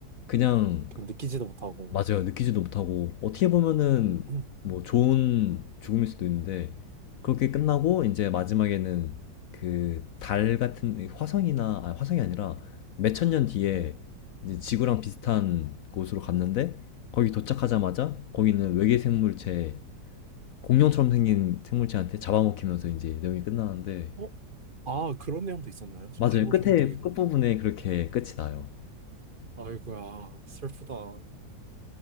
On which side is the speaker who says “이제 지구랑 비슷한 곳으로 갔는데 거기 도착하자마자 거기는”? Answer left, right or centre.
Left